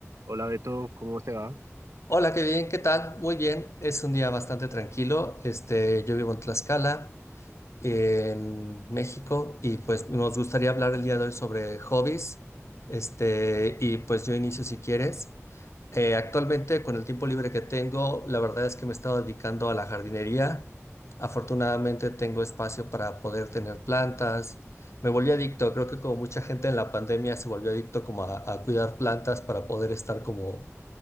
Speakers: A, on the right (about 75°); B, on the left (about 65°).
A: Hola Beto, ¿cómo te va?
B: Hola, qué bien, ¿qué tal? Muy bien, es un día bastante tranquilo. Este, yo vivo en Tlaxcala, en México, y pues nos gustaría hablar el día de hoy sobre hobbies. Este, y pues yo inicio si quieres. Eh, actualmente, con el tiempo libre que tengo, la verdad es que me he estado dedicando a la jardinería. Afortunadamente, tengo espacio para poder tener plantas. Me volví adicto, creo que como mucha gente en la pandemia se volvió adicto como a, a cuidar plantas para poder estar como